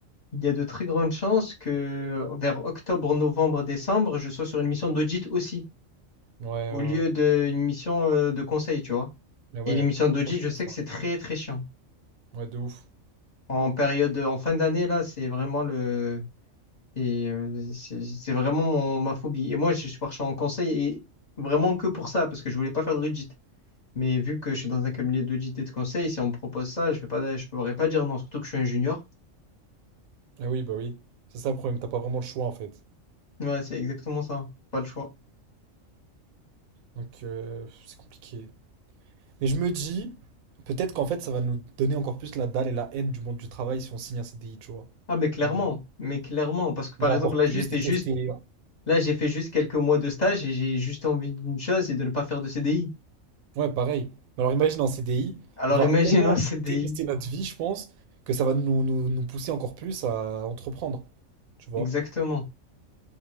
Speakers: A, on the left; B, on the right.
A: Il y a de très grandes chances que vers octobre, novembre, décembre, je sois sur une mission d'audit aussi,
B: Ouais, ouais,
A: au lieu
B: ouais.
A: d'une mission euh, de conseil, tu vois.
B: Mais ouais,
A: Et les missions
B: c'est
A: d'audit,
B: trop chiant,
A: je sais
B: ça.
A: que c'est très, très chiant.
B: Ouais, de ouf.
A: En période, en fin d'année, là, c'est vraiment le, c'est euh, c'est- c'est vraiment mon, ma phobie. Et moi, je suis parti en conseil et vraiment que pour ça, parce que je voulais pas faire de l'audit. Mais vu que je suis dans un cabinet d'audit et de conseil, si on me propose ça, je vais pas, je pourrais pas dire non, surtout que je suis un junior.
B: Ah oui, bah oui. C'est ça le problème, t'as pas vraiment le choix, en fait.
A: Ouais, c'est exactement ça. Pas le choix.
B: Donc, euh, c'est compliqué. Mais je me dis, peut-être qu'en fait, ça va nous donner encore plus la dalle et la haine du monde du travail si on signe un CDI, tu vois.
A: Ah mais clairement,
B: On va
A: mais clairement, parce que par
B: on va encore
A: exemple là
B: plus
A: j'ai fait
B: détester.
A: juste, là j'ai fait juste quelques mois de stage et j'ai juste envie d'une chose, c'est de ne pas faire de CDI.
B: Ouais, pareil. Mais Alors imagine en CDI,
A: Alors
B: on va
A: imagine
B: tellement
A: un CDI,
B: détester notre vie, je pense, que ça va nous, nous, nous pousser encore plus à entreprendre, tu vois.
A: exactement.